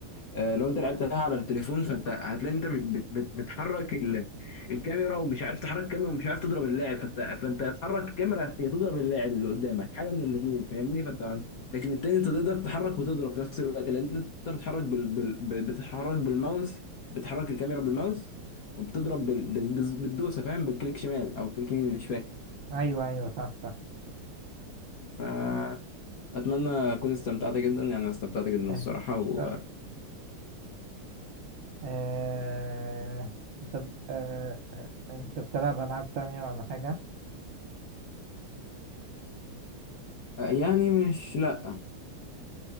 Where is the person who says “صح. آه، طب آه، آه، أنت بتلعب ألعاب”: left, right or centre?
Right